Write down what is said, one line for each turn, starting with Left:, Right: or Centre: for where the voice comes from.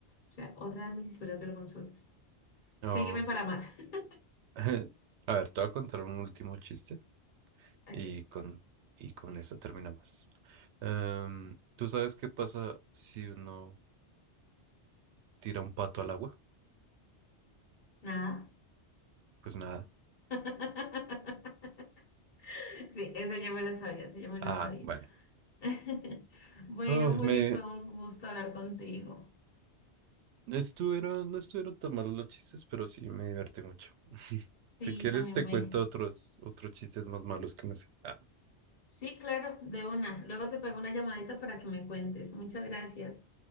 Left: O sea, otra de mis historias vergonzosas. Sígueme
Right: Oh,
Left: para más. <laughs>
Right: <laughs> A ver, te voy a contar un último chiste
Left: Ok,
Right: y con, y con eso terminamos. Em, ¿tú sabes qué pasa si uno tira un pato al agua?
Left: nada.
Right: Pues nada.
Left: <laughs> Sí, esa ya me la sabía, esa ya me
Right: Ah,
Left: la sabía.
Right: bueno.
Left: <laughs> Bueno,
Right: Uf,
Left: Juli,
Right: me,
Left: fue un gusto hablar contigo.
Right: No estuvieron, no estuvieron tan malos los chistes, pero sí me divertí mucho.
Left: Sí,
Right: Si quieres,
Left: también
Right: te
Left: me.
Right: cuento otros, otros chistes más malos que me sé. Ah.
Left: Sí, claro, de una. Luego te pego una llamadita para que me cuentes. Muchas gracias.